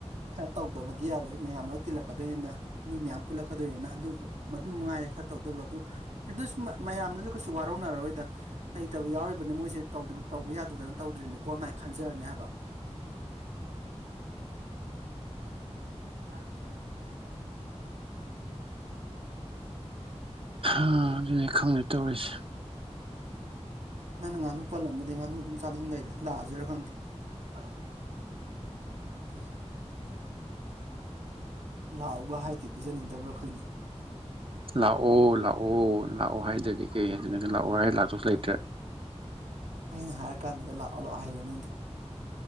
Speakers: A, on the right; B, on the right.
A: ꯈꯔ ꯇꯧꯗꯕꯗꯤ ꯌꯥꯔꯣꯏ ꯃꯌꯥꯝꯅ ꯇꯤꯜꯂꯛꯀꯗꯣꯏꯅꯤꯅ ꯃꯤ ꯃꯌꯥꯝ ꯄꯨꯜꯂꯛꯀꯗꯣꯏꯅ ꯑꯗꯨ ꯃꯗꯨ ꯃꯉꯥꯏꯔꯦ ꯈꯔ ꯇꯧꯗꯕ ꯑꯗꯨ ꯑꯗꯨ ꯃꯌꯥꯝꯅꯁꯨ ꯀꯩ ꯁꯨ ꯋꯥꯔꯧꯅꯔꯔꯣꯏꯗ ꯂꯩꯇꯕ ꯌꯥꯎꯔꯤꯕꯅꯤ ꯃꯣꯏꯁꯦꯧ ꯇꯧꯕ ꯌꯥꯗꯗꯅ ꯇꯧꯗ꯭ꯔꯤꯅꯤꯀꯣ ꯑꯃꯥꯏꯅ ꯈꯟꯖꯔꯅꯤ ꯍꯥꯏꯕ ꯔ
B: ꯑ ꯑꯗꯨꯅꯤ ꯈꯪꯅꯦ ꯇꯧꯔꯤꯁꯦ
A: ꯅꯪꯅ ꯉꯥꯅꯨ ꯄꯜꯂꯝꯕꯗꯤ ꯉꯥꯅꯨ ꯑꯗꯨꯝ ꯆꯥꯅꯤꯡ ꯂꯩꯔꯦ ꯂꯥꯛꯑꯁꯤꯔꯥ ꯈꯪꯗꯦ
B: ꯍ
A: ꯎꯝ ꯂꯥꯛꯎꯒ ꯍꯥꯏꯗꯤꯦ ꯄꯤꯖꯅꯤꯡꯗꯕ꯭ꯔꯥ ꯀꯩꯅꯣ
B: ꯂꯥꯛꯑꯣ ꯂꯥꯛꯑꯣ ꯂꯥꯛꯑꯣ ꯍꯥꯏꯗꯗꯤ ꯀꯩ ꯍꯥꯏꯗꯅ ꯂꯥꯛꯑꯣ ꯍꯥꯏ ꯂꯥꯛꯇꯁꯨ ꯂꯩꯇ꯭ꯔꯦ
A: ꯑꯩꯅ ꯍꯥꯏꯔ ꯀꯥꯟꯗꯒ ꯂꯥꯛꯑꯣ ꯂꯣ ꯍꯥꯏꯌꯦꯦ ꯅꯪꯗꯨꯗꯤ